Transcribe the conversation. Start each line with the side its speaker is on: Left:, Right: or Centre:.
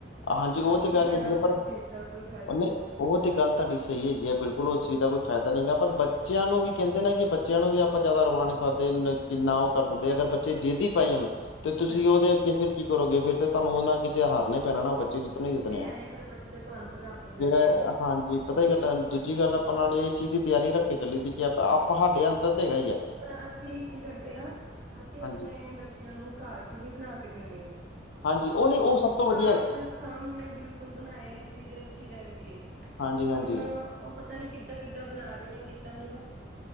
Left: ਹਾਂਜੀ
Right: ਉਹ
Left: ਤੇ
Right: ਕੀ
Left: ਗੱਲ
Right: ਫ਼ਾਇਦਾ
Left: ਹੈਗੀ ਹੈ ਪਰ
Right: ਉਸ ਚੀਜ਼ ਦਾ ਕੋਈ ਫ਼ਾਇਦਾ
Left: ਉਹਨੇ
Right: ਨੀ।
Left: ਉਹ ਤੇ ਗੱਲ ਤ੍ਹ‌ਾਡੀ ਸਹੀ ਹੈਗੀ ਆ ਬਿਲਕੁਲ ਉਸ
Right: ਹਾਂਜੀ,
Left: ਚੀਜ਼ ਦਾ ਕੋਈ ਫੈਦਾ ਨੀ ਗਾ। ਪਰ ਬ ਚਿਆਂ ਨੂੰ ਵੀ ਕਹਿੰਦੇ ਨੇ ਕਿ ਬੱਚਿਆਂ ਨੂੰ ਵੀ ਆਪਾਂ ਜ਼ਿਆਦਾ ਰਵਾ ਨ‌ਈਂ ਸਕਦੇ। ਏਨਾਂ ਕਿੰਨਾ ਉਹ ਕਰ ਸਕਦੇ ਅਗਰ ਬੱਚੇ ਜੇਦ ਈ ਪੈ ਜਾਣ। ਤੇ ਤੁਸੀਂ
Right: ਹਾਂਜੀ
Left: ਉਹਦੇ ਅੱਗੇ ਫਿਰ ਕੀ ਕਰੋਗੇ। ਫਿਰ ਤੇ ਤ੍ਹ‌ਾਨੂੰ ਉਹਨਾਂ ਅੱਗੇ ਜੇ ਹਾਰਨਾ ਪੈਣਾ ਨਾਂ ਉਹ ਬੱਚੇ ਜਿੱਤਣੇ ਹੀ ਜਿੱਤਣੇ
Right: ਏ
Left: ਆ
Right: ਹੈ ਈ, ਫਿਰ ਬੱਚੇ ਤੁਹਾਨੂੰ ਪਤਾ ਆਪਣੀ ਕਰਦੇ
Left: ਫਿਰ ਇਹ-
Right: ਨੇ।
Left: ਹਾਂਜੀ, ਪਤਾ ਕੀ ਗੱਲ ਆ, ਦੂਜੀ ਗੱਲ ਆਪਾਂ ਨਾਲ ਇਹ ਚੀਜ਼ ਦੀ ਤਿਆਰੀ ਰੱਖ ਕੇ ਚੱਲੀ ਦੀ ਕਿ ਆਪਾਂ-ਆਪਾਂ ਹਾਡੇ ਅੰਦਰ ਤੇ ਹੈਗਾ ਈ ਐ।
Right: ਪਰ ਅਸੀਂ ਕੀ ਕਰਦੇ ਆਂ, ਅਸੀਂ ਆਪਣੇ
Left: ਹਾਂਜੀ
Right: ਬੱਚਿਆਂ ਨੂੰ ਘਾਰ 'ਚ ਹੀ ਬਣਾ ਕੇ ਦਿੰਨੇ ਆਂ।
Left: ਹਾਂਜੀ, ਓ ਨੀ ਉਹ ਸਭ ਤੋਂ ਵਧੀ
Right: ਘਰ ਚ ਸਾਹਮਣੇ ਬਿਲਕੁਲ ਬਣਾਈ ਚੀਜ਼ ਅੱਛੀ ਰਹਿੰਦੀ ਏ,
Left: ਹਾਂਜੀ ਹਾਂਜੀ
Right: ਹੁਣ ਉਹ ਪਤਾ ਨੀ ਕਿੱਦਾਂ ਕਿੱਦਾਂ ਬਣਾ ਰਹੇ ਨੇ ਕਿੱਦਾਂ ਨੀ ਬ